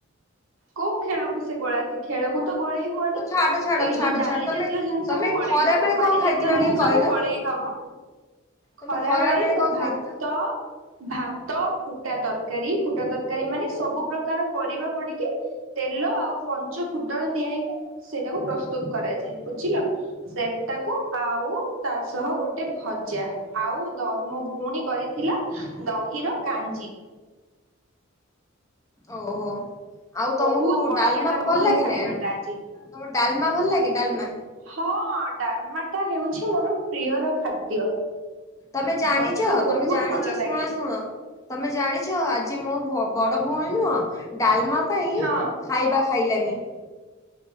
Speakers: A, on the right; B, on the left.
A: କୋଉ ଖେଳକୁ ସେ ଗୋଳାନ୍ତି? ଖେଳକୁ ତ ଗୋଳେଇ ହୁଅନି,
B: ହଉ ଛାଡ ଛାଡ
A: ଏଇ
B: ଛାଡ
A: ଯୋଉ ଡାଲି
B: ଛାଡ ତମେ
A: ଜାତୀୟ ଜିନିଷକୁୁ
B: ତମେ
A: ଗୋଳେଇ
B: ଖରା
A: ହବ,
B: ବେଳେ
A: ପାଣି
B: କଣ ଖାଇଥିଲ
A: ଜାତୀୟ ଜିନିଷକୁ
B: ଟିକେ କହିଲ
A: ଗୋଳେଇ ହବ।
B: ତମେ
A: ଖରାବେଳେ
B: ଖରା ବେଳେ
A: ମୁଁ
B: କଣ ଖାଇଥିଲ?
A: ଭାତ ଭାତ, ଫୁଟା ତରକାରୀ, ଫୁଟା ତରକାରୀ ମାନେ ସବୁ ପ୍ରକାର ପରିବା ପଡ଼ିକି ତେଲ ଆଉ ପଞ୍ଚ ଫୁଟଣ ଦିଆ ହେଇକି ସେଇଟାକୁ ପ୍ରସ୍ତୁତ କରା ଯାଏ ବୁଝିଲ, ସେଟାକୁ ଆଉ ତା ସହ ଗୋ ଟେ ଭଜା, ଆଉ ଦ ମୋ ଭଉଣୀ କରିଥିଲା ଦହିର କାଞ୍ଜି।
B: ଓହୋ। ଆଉ ତମକୁ
A: ବହୁତ ବଢିଆ
B: ଡାଲମା
A: ଲାଗୁଥିଲା
B: ଭଲ ଲାଗେନା,
A: ଖାଇବାଟା ଆଜି।
B: ତମ ଡାଲମା ଭଲ ଲାଗେ ଡାଲମା?
A: ହଁ ଡାଲମାଟା ହେଉଛି ମୋର ପ୍ରିୟର ଖାଦ୍ୟ।
B: ତମେ ଜାଣିଛ
A: ମତେ ତ ବହୁତ
B: ତମେ ଜାଣିଛ
A: ଭଲ
B: ଶୁଣ
A: ଲାଗେ
B: ଶୁଣ। ତମେ ଜାଣିଛ ଆଜି ମୋ ଭ ବଡ଼ ଭଉଣୀ ନୁହଁ ଡାଲମା ପାଇଁ
A: ହଁ।
B: ଖାଇବା ଖାଇଲାନି।